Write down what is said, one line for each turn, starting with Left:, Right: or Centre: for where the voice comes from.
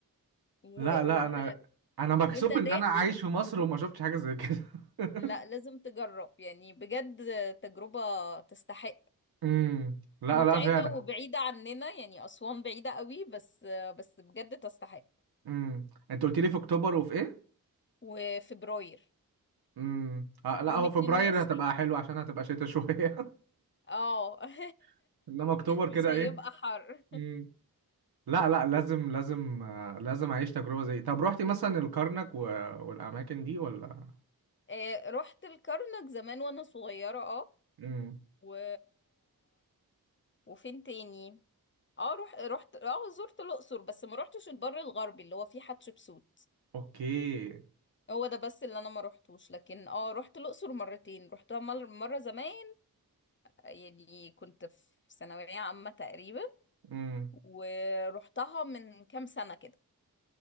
Left: واقفين
Right: لا لا انا انا مكسوف
Left: وانت داخل
Right: ان انا عايش في مصر وما شفتش حاجه زي كده <laughs>
Left: لا لازم تجرب يعني بجد تجربة تستحق
Right: امم لا
Left: متعبة
Right: لا فعلا
Left: وبعيدة عننا يعني أسوان بعيدة قوي بس بس بجد تستحق
Right: امم انت قلت لي في اكتوبر وفي ايه
Left: وفبراير
Right: امم آه لا
Left: يوم
Right: هو
Left: 22
Right: فبراير هتبقى حلو عشان هتبقى شتاء شويه
Left: اه <laughs>
Right: <laughs> انما اكتوبر كده
Left: مش هيبقى
Right: ايه
Left: حر
Right: امم لا لا لازم لازم آه، لازم اعيش تجربه زي طب روحتي مثلا الكرنك و... والاماكن دي ولا
Left: آه، رحت الكرنك زمان وانا صغيرة اه
Right: امم
Left: و... وفين تاني اه رحت رحت اه زرت الأقصر بس ما رحتش البر الغربي اللي هو فيه حتشبسوت
Right: اوكي
Left: هو ده بس اللي انا ما روحتوش لكن اه روحت الاقصر مرتين روحتها مر- مره زمان يعني كنت في ثانويه عامه تقريبا
Right: امم
Left: ورحتها من كام سنه كده